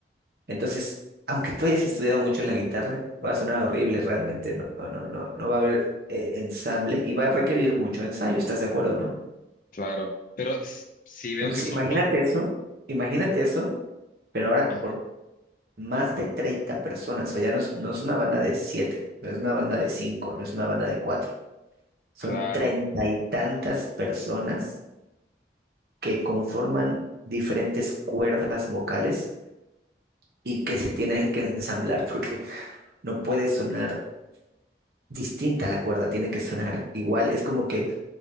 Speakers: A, on the right (about 60°); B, on the left (about 50°).
A: Entonces, aunque tú hayas estudiado mucho en la guitarra, va a sonar horrible realmente, no, no, no, no, no va a haber eh, ensamble y va a requerir mucho ensayo, ¿estás de acuerdo, no?
B: Claro, pero s- sí veo
A: Entonces,
B: que son
A: imagínate
B: con...
A: eso, imagínate eso, pero ahora
B: Ajá,
A: por más de 30 personas, o ya no es, no es una banda de siete no es una banda de cinco no es una banda de cuatro son
B: claro,
A: treinta y tantas personas que conforman diferentes cuerdas vocales y que se tienen que ensamblar <laughs> porque no puede sonar distinta la cuerda, tiene que sonar igual. Es como que,